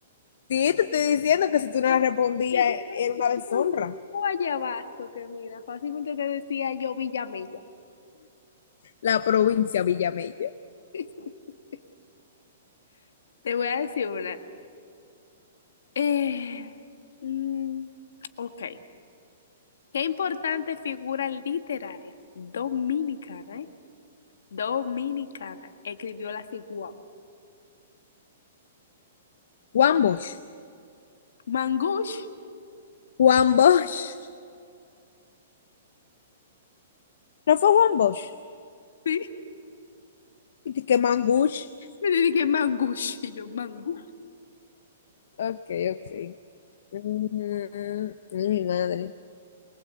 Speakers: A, on the left (about 70°); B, on the left (about 85°).
A: Sí, te estoy diciendo que si tú no
B: Ah,
A: la respondías
B: yo tenía
A: era
B: yo
A: una
B: tenía
A: deshonra.
B: un guayabazo que mira, fácilmente te decía yo Villamella.
A: La provincia Villamella.
B: <laughs> Te voy a decir una. Eh, mm, ok. Qué importante figura literaria dominicana, ¿eh? Dominicana escribió la Ciguao.
A: Juan Bosch.
B: Mangush,
A: Juan Bosch. No fue Juan Bosch.
B: sí.
A: Y te queman Gush.
B: Yo le dije Mangush y yo Mangush.
A: Ok, ok. Mm, ay, mi madre.